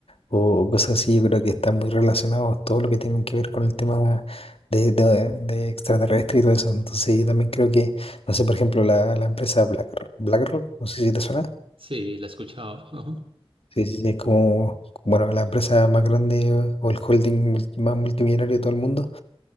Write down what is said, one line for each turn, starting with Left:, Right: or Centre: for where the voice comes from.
Left: o cosas así, yo creo que están muy relacionados todo lo que tienen que ver con el tema de, de, de extraterrestre y todo eso. Entonces yo también creo que, no sé, por ejemplo, la, la empresa Black, BlackRock, no sé si te suena,
Right: Sí, la escuchaba. ajá.
Left: sí, sí, es como, bueno, la empresa más grande o el holding mul- más multimillonario de todo el mundo,